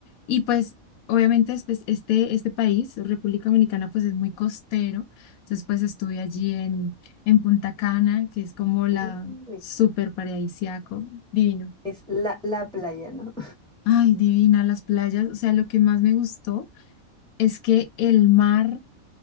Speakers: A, on the left (about 80°); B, in the centre.
A: Y pues, obviamente, es- pues, este, este país, República Dominicana, pues es muy costero. Entonces, pues estuve allí en, en Punta Cana, que es como la
B: Uy,
A: súper paradisiaco, divino.
B: es la, la playa, ¿no?
A: Ay, divina las playas. O sea, lo que más me gustó es que el mar